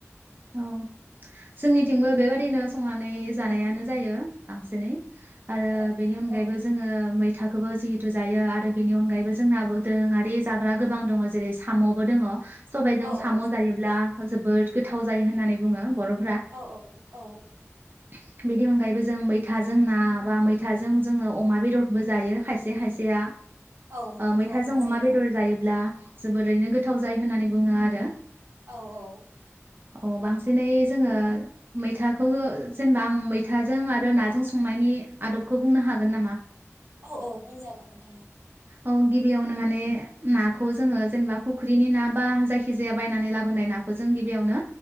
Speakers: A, on the right; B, on the right.
A: औ जोंनिथिंबो बेबादिनो संनानै जानायानो जायो बांसिनै आरो
B: औ
A: बेनि अनगायैबो
B: औ
A: जोंङो मैथाखोबो जिहेतु जायो आरो बेनि अनगायैबो जोंनाबो दोरोंङारि जाग्रा गोबां दंङ जेरै साम'बो दङ सबायजों
B: औ
A: साम'
B: औ
A: जायोब्ला जोबोद गोथाव जायो होननानै बुङो बर'
B: औ औ औ
A: <inaudible> बिनि अनगायैबो जों मैथाजों ना बा मैथाजों जोंङो अमा बेदरखौबो जायो खायसे खायसेया ओ
B: औ मैथा
A: मैथाजों
B: जायो।
A: अमा बेदर जायोब्ला जोबोरैनो गोथाव जायो होननानै बुङो आरो।
B: औ औ
A: अ बांसिनै जोंङो मैथाखौ जेनेबा आं मैथाजों आरो नाजों संनायनि आदबखौ बुंनो हागोन नामा?
B: औ औ बुंजागोन नोंथांङा औ
A: औ गिबियावनो माने ना खौ जोंङो जेनेबा फुख्रिनि ना बा जायखिजाया बायनानै लाबोनाय ना खौ जों गिबियावनो